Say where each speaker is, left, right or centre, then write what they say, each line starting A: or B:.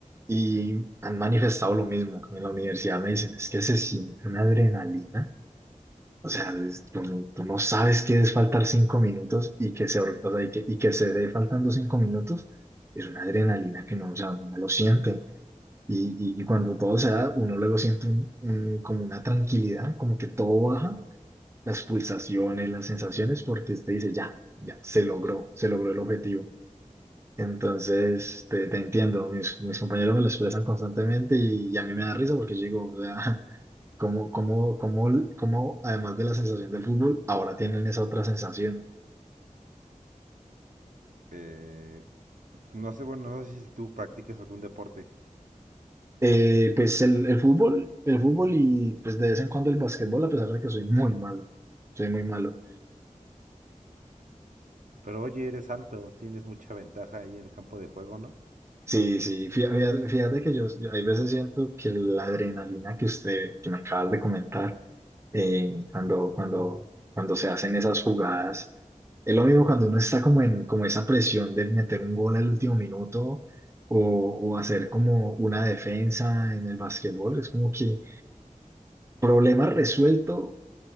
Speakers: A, on the right; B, on the right.
A: Y han manifestado lo mismo. En la universidad me dicen, es que se siente una adrenalina. O sea, es- tú no, tú no sabes qué es faltar cinco minutos y que se, or- o sea, y que, y que se dé faltando cinco minutos. Es una adrenalina que no, o sea, uno no lo siente. Y, y- y cuando todo se da, uno luego siente un- un- como una tranquilidad, como que todo baja, las pulsaciones, las sensaciones, porque usted dice, ya, ya, se logró, se logró el objetivo. Entonces, te, te entiendo, mis, mis compañeros me lo expresan constantemente y, y a mí me da risa porque yo digo, o sea, <laughs> ¿cómo, cómo, cómo, cómo, además de la sensación del fútbol, ahora tienen esa otra sensación?
B: Eh, no sé, bueno, no sé si tú practicas algún deporte,
A: Eh, pues el, el fútbol, el fútbol y pues de vez en cuando el básquetbol, a pesar de que soy muy malo, soy muy malo.
B: pero oye, eres alto, tienes mucha ventaja ahí en el campo de juego, ¿no?
A: Sí, sí, fí- fíjate, fíjate que yo, yo hay veces siento que la adrenalina que usted, que me acabas de comentar, eh, cuando, cuando, cuando se hacen esas jugadas. Es lo mismo cuando uno está como en como esa presión de meter un gol al último minuto o, o hacer como una defensa en el básquetbol. Es como que problema resuelto,